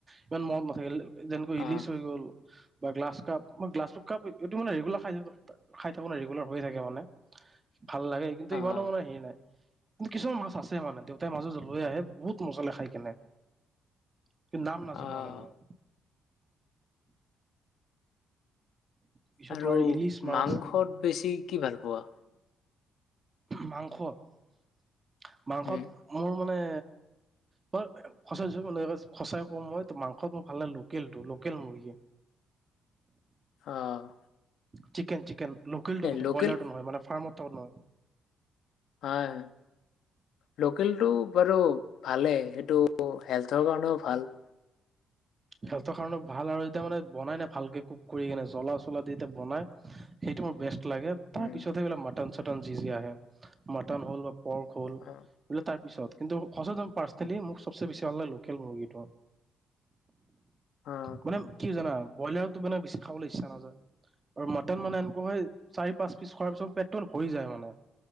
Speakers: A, on the right; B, on the left.
A: ইমান মনত নাথাকিল যেনেকৈ ইলিচ
B: আহ
A: হৈ গ'ল বা গ্লাছ কাপ <unintelligible> গ্লাছ কাপ খাব পাৰি এইটো মানে ৰেগুলাৰ খাই খাই থাকো নে ৰেগুলাৰ হৈয়ে থাকে মানে ভাল লাগে কিন্তু
B: আহ
A: ইমানো মানে হেৰি নাই কিন্তু কিছুমান মাছ আছে মানে দেউতাই মাজে - মাজে লৈ আহে বহুত মজা লাগে খাই কিনে। <unintelligible> নাম নাজানো
B: আহ
A: মানে মই। পিছত
B: আৰু
A: তোমাৰ ইলিছ মাছ
B: মাংসত বেছি কি ভাল পোৱা?
A: মাংস - মাংসত
B: উম
A: মোৰ মানে <unintelligible> সচাই কওঁ মই ত ' মাংসত মই ভাল লাগে লোকেলটো লোকেল মুৰ্গী।
B: অহ,
A: চিকেন - চিকেন লোকেল টো কিন্তু
B: লোকেল
A: ব্ৰইলাৰ টো নহয় মানে ফাৰ্মত <unintelligible> নহয়।
B: হয়- হয়। লোকেলটো বাৰু ভালেই সেইটো হেল্থৰ কাৰণেও ভাল।
A: হেল্থৰ কাৰনেওঁ ভাল আৰু যেতিয়া মানে বনাই না ভালকে কুক কৰি কেনে জ্বলা চলা দি এতিয়া বনাই সেইটো মোৰ বেষ্ট লাগে তাৰ
B: উম
A: পিছত সে এইবিলাক মটন-চটন যিজি আহে মটন হ'ল বা পৰ্ক হ'ল
B: অ
A: বোলে তাৰ পিছত কিন্তু সঁচা <unintelligible> পাৰ্চনেলি মোক চবচে বেছি ভাল লাগে লোকেল মুৰ্গীটো।
B: অ
A: মানে কি জানা বইলাৰতো মানে বেছি খাবলে ইচ্ছা নাযায়। আৰু মাটন মানে এনেকুৱা হয় চাৰি-পাঁচ পিচ খোৱাৰ পিছত পেতটো ভৰি যায় মানে